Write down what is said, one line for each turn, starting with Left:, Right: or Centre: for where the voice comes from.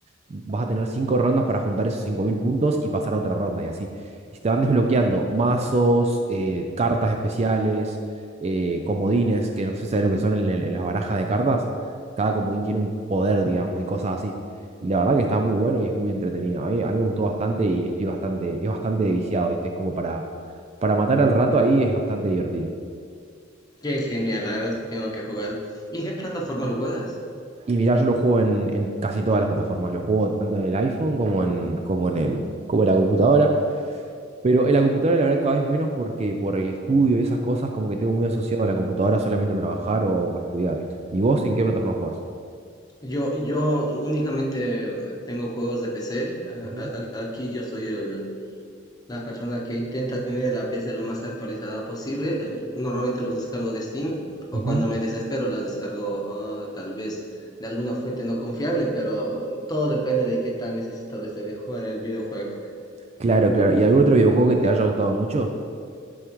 Right: vas a tener cinco rondas para juntar esos 5.000 puntos y pasar a otra ronda y así. Y se te van desbloqueando mazos, eh, cartas especiales, eh, comodines, que no sé si sabes lo que son en, el- en las barajas de cartas cada comodín tiene un poder, digamos, y cosas así. Y la verdad que está muy bueno y es muy entretenido. A mí, a mí me gustó bastante y estoy bastante, es bastante viciado, ¿viste? Es como para, para matar el rato ahí, es bastante divertido.
Left: Qué genial, la verdad sí tengo que jugar. ¿Y en qué plataforma lo juegas?
Right: Y mirá, yo lo juego en, en casi todas las plataformas. Lo juego tanto en el iPhone como en, como en el, como en la computadora. Pero en la computadora la verdad cada vez menos porque por el estudio y esas cosas como que tengo muy asociado a la computadora solamente a trabajar o, o a estudiar, ¿viste? ¿Y vos en qué plataforma jugás?
Left: Yo, yo únicamente eh, tengo juegos de PC. a-
Right: Ujú,
Left: a- a- Aquí yo soy el, La persona que intenta tener la PC lo más actualizada posible, eh, normalmente los descargo de Steam o
Right: ujú.
Left: cuando me desespero las descargo ah, tal vez de alguna fuente no confiable, pero todo depende de qué tan necesitado esté de jugar el videojuego.
Right: Claro, claro. ¿Y algún otro videojuego que te haya gustado mucho?